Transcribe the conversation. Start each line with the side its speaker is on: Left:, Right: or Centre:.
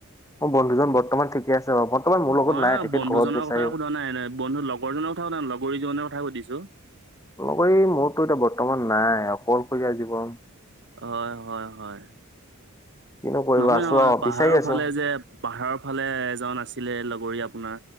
Left: মোৰ বন্ধুজন বৰ্তমান ঠিকে আছে বাৰু বৰ্তমান মোৰ লগত
Right: মই
Left: নাই তেখেত
Right: বন্ধুজনৰ
Left: ঘৰত গৈছে
Right: কথা সোধা নাই নাই বন্ধু লগৰজনৰ কথা সোধা নাই লগৰীজন কথা সুধিছো
Left: লগৰি মোৰতো এতিয়া বৰ্তমান নাই অকলশৰীয়া জীৱন
Right: হয় হয় হয়,
Left: কিনো কৰিবা
Right: নহয়
Left: আছো
Right: নহয়
Left: আৰু
Right: পাহাৰৰ
Left: বিচাৰি আছো
Right: ফালে যে- পাহাৰৰ ফালে এজন আছিলে লগৰী আপোনাৰ,